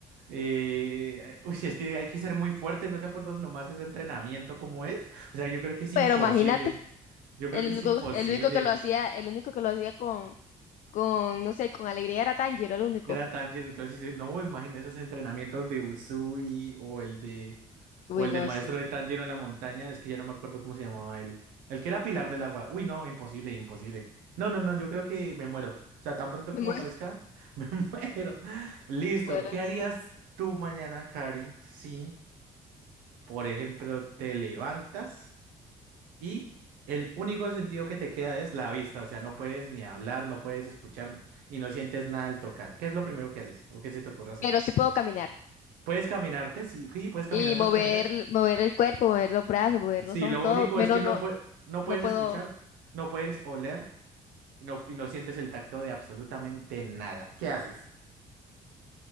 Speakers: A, on the right; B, on the left.
A: eh, uy, es que hay que ser muy fuerte, ¿no te acuerdas nomás ese entrenamiento cómo es? O sea, yo creo que es
B: Pero
A: imposible,
B: imagínate,
A: yo
B: el
A: creo que
B: único,
A: es imposible.
B: el único que lo hacía, el único que lo hacía con Con, no sé, con alegría era Tanjiro el único.
A: Era Tanjiro, entonces dice, no, imagina esos entrenamientos de Usui o el de
B: Uy,
A: o el
B: no,
A: del maestro
B: sí.
A: de Tanjiro en la montaña, es que ya no me acuerdo cómo se llamaba él. El que era Pilar del Agua. Uy, no, imposible, imposible. No, no, no, yo creo que me muero. O sea, tan
B: <laughs>
A: pronto como
B: No me
A: aparezca, <laughs> me muero. Listo,
B: acuerdo
A: ¿qué
B: en
A: harías
B: sí.
A: tú mañana, Cari? Si, por ejemplo, te levantas y el único sentido que te queda es la vista, o sea, no puedes ni hablar, no puedes escuchar y no sientes nada al tocar. ¿Qué es lo primero que haces o qué se te ocurre hacer?
B: Pero sí puedo caminar
A: Puedes caminarte, sí, sí, puedes
B: y
A: caminar,
B: mover,
A: puedes caminar.
B: mover el cuerpo, mover los brazos, mover
A: Sí,
B: los ojos,
A: lo
B: todo.
A: único
B: Menos
A: es que no,
B: no,
A: pue- no puedes
B: no puedo.
A: escuchar, no puedes oler y no, y no sientes el tacto de absolutamente nada. ¿Qué haces?